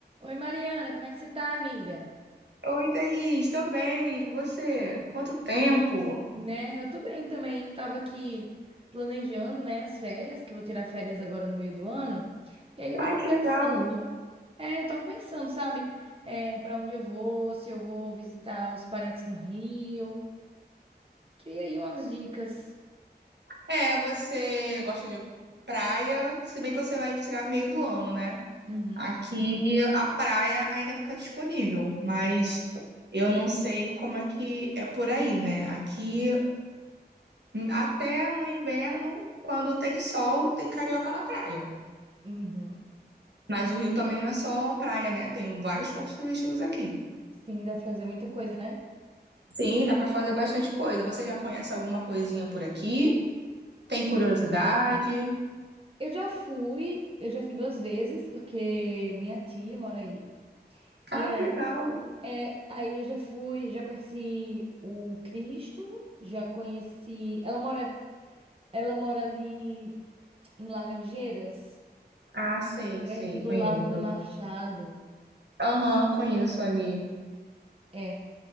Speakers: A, on the right (about 30°); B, on the right (about 80°).
A: Oi, Mariana, como é que você tá, amiga?
B: Oi, Thaís, estou bem, amiga. E você? Quanto tempo?
A: Né, eu tô bem também. Eu tava aqui planejando, né, as férias, que eu vou tirar férias agora no meio do ano. E aí eu
B: Ai,
A: tava
B: que
A: pensando,
B: legal.
A: é, eu tava pensando, sabe, é, para onde eu vou, se eu vou visitar os parentes no Rio. Queria aí umas dicas.
B: É, você gosta de praia, se bem que você vai tirar meio do ano, né?
A: Uhum,
B: Aqui a praia ainda fica disponível, mas eu não sei como é que é por aí, né? Aqui, hum, até no inverno, quando tem sol, tem carioca na praia.
A: uhum.
B: Mas o Rio também não é só praia, né? Tem vários pontos turísticos aqui.
A: Sim, dá pra fazer muita coisa, né?
B: Sim, dá para fazer bastante coisa. Você já conhece alguma coisinha por aqui? Tem curiosidade?
A: Eu já fui, eu já fui duas vezes, porque minha tia mora aí. E
B: Ah,
A: aí
B: que legal.
A: É, aí eu já fui, já conheci o Cristo, já conheci. Ela mora, ela mora ali em Laranjeiras,
B: Ah, sei,
A: perto
B: sei,
A: do
B: conheço.
A: Largo do Machado.
B: Aham, conheço ali.
A: É,